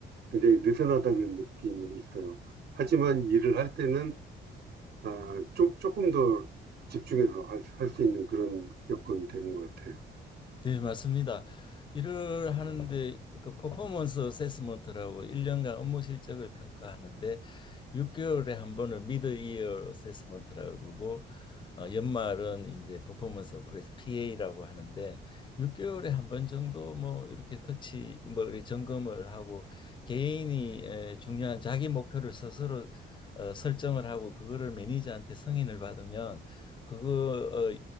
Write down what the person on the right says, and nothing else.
굉장히 느슨하다는 느낌이 있어요. 하지만 일을 할 때는 아, 조, 조금 더 집중해서 할, 수- 할수 있는 그런 여건이 되는 것 같아요.